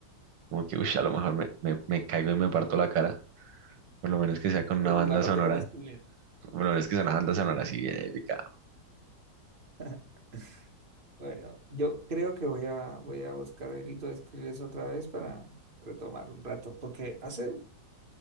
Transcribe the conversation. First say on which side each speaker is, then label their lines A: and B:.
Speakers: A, on the right; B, on the right.
A: como que, ush, a lo mejor me, me, me caigo y me parto la cara. Por lo menos que sea con una
B: Entonces
A: banda
B: la parte
A: sonora.
B: con Skrillex.
A: Por lo menos que sea una banda sonora así bien épica.
B: <laughs> Bueno, yo creo que voy a, voy a buscar el grito de Skrillex otra vez para retomar un rato, porque hace